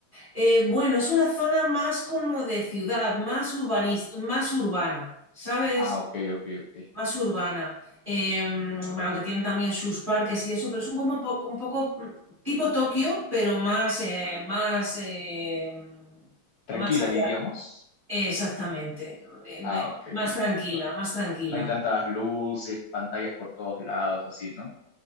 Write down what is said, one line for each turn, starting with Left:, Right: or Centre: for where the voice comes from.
Right: eh, bueno, es una zona más como de ciudad, más urbanista, más urbana, ¿sabes?
Left: Ah, ok, ok, ok.
Right: Más urbana. Eh, mm, bueno, aunque tienen también sus parques y eso, pero son como po- un poco mm, tipo Tokio, pero más, eh, más, eh, mm,
Left: Tranquila,
Right: más hacia-
Left: diríamos.
Right: Exactamente. Eh,
Left: Ah, ok,
Right: Más
Left: ok.
Right: tranquila,
Left: No,
Right: más tranquila.
Left: no hay tantas luces, pantallas por todos lados, así, ¿no?